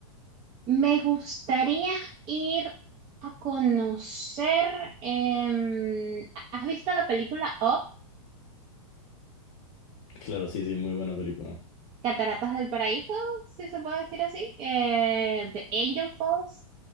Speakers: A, on the right (about 30°); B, on the left (about 50°).
A: Me gustaría ir a conocer. em, ¿has visto la película Up?
B: Claro, sí, sí, muy buena película.
A: Cataratas del Paraíso, si se puede decir así. Eh, The Angel Falls.